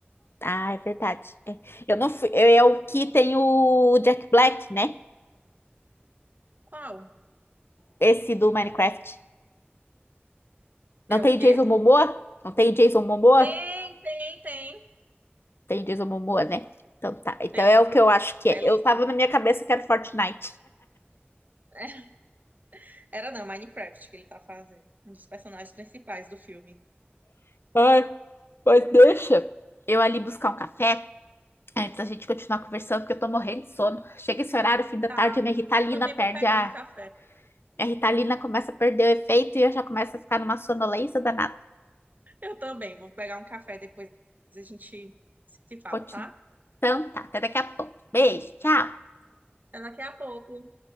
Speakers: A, on the left; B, on the right.
A: Ah, é verdade. É. Eu não fui, eu, é o que tem o Jack Black, né?
B: Qual?
A: Esse do Minecraft. Não
B: É
A: tem
B: o quê?
A: o Jason Momoa? Não tem o Jason Momoa?
B: Tem, tem, tem,
A: Tem o Jason Momoa, né? Então tá. Então
B: tem.
A: é o que eu acho que é.
B: Belíssimo.
A: Eu tava na minha cabeça que era Fortnite.
B: <laughs> Era não, Minecraft que ele tá fazendo. Um dos personagens principais do filme.
A: <laughs> Ai, Mas deixa. Eu ali buscar um café antes da gente continuar conversando, porque eu tô morrendo de sono. Chega esse horário, fim da
B: Tá.
A: tarde, a minha Ritalina
B: Também
A: perde
B: vou pegar
A: a.
B: um café.
A: Minha Ritalina começa a perder o efeito e eu já começo a ficar numa sonolência danada.
B: Eu também vou pegar um café depois a gente se fala,
A: Continu-
B: tá?
A: Então tá, até daqui a pouco. Beijo, tchau.
B: Até daqui a pouco.